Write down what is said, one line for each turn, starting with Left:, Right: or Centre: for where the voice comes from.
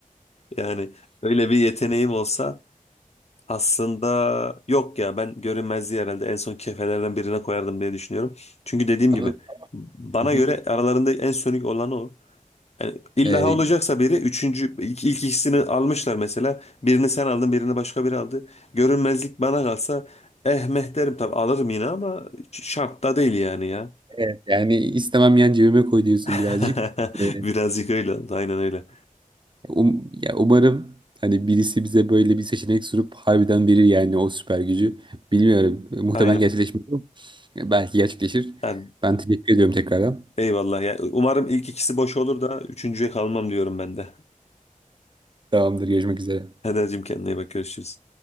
Left: Yani öyle bir yeteneğim olsa aslında yok ya ben görünmezliği herhalde en son kefelerden birine koyardım diye düşünüyorum. Çünkü dediğim
Right: Anladın
Left: gibi
Right: mı?
Left: bana göre
Right: Hı hı.
Left: aralarında en sönük olan o. Yani illa
Right: E,
Left: olacaksa biri üçüncü ilk, ilk ikisini almışlar mesela. Birini sen aldın birini başka biri aldı. Görünmezlik bana kalsa eh meh derim tabii alırım yine ama ş- şart da değil yani ya.
Right: evet, yani istemem yan cebime koy diyorsun
Left: <laughs>
Right: birazcık. E,
Left: Birazcık öyle oldu aynen öyle.
Right: Um, ya umarım hani birisi bize böyle bir seçenek sunup harbiden verir yani o süper gücü. Bilmiyorum. E, Muhtemelen
Left: Aynen.
Right: gerçekleşmez ama belki gerçekleşir.
Left: Yani
Right: Ben teşekkür ediyorum tekrardan.
Left: Eyvallah ya. Umarım ilk ikisi boş olur da üçüncüye kalmam diyorum ben de.
Right: Tamamdır. Görüşmek üzere.
Left: Hadi hacım kendine iyi bak görüşürüz.